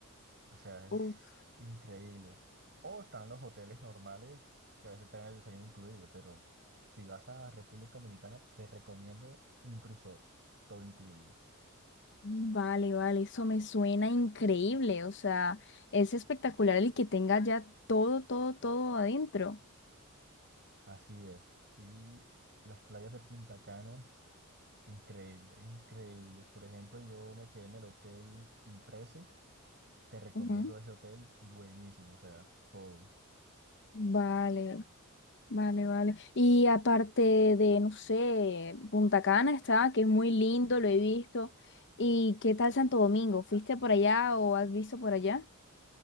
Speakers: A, on the right; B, on the left.
A: O sea,
B: Uf,
A: es increíble. O están los hoteles normales, que a veces traen el desayuno incluido, pero si vas a República Dominicana, te recomiendo un resort, todo incluido.
B: Vale, vale, eso me suena increíble. O sea, es espectacular el que tenga ya todo, todo, todo adentro.
A: Así es. Y las playas de Punta Cana, increíble, increíble. Por ejemplo, yo me quedé en el hotel Impresi. Te recomiendo
B: ujú.
A: ese hotel, buenísimo, o sea, todo.
B: Vale. Vale, vale. Y aparte de, no sé, Punta Cana está, que es muy lindo, lo he visto. ¿Y qué tal Santo Domingo? ¿Fuiste por allá o has visto por allá?